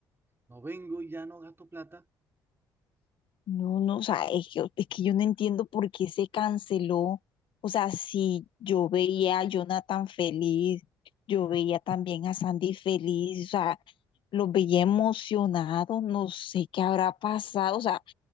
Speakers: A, on the right (about 25°); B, on the left (about 60°).
A: no vengo y ya no gasto plata,
B: No, no, o sea, es que, es que yo no entiendo por qué se canceló. O sea, si yo veía a Jonathan feliz, yo veía también a Sandy feliz, o sea, los veía emocionados, no sé qué habrá pasado. O sea,